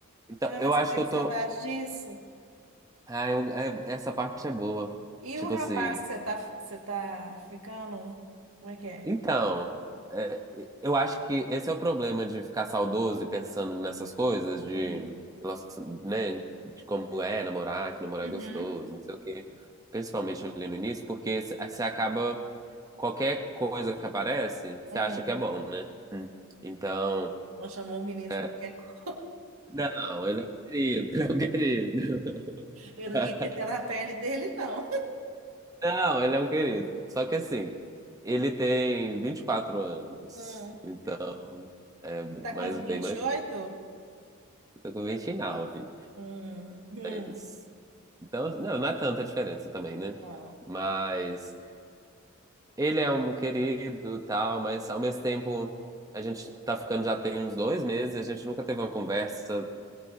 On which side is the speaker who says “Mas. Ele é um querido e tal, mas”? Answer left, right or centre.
Right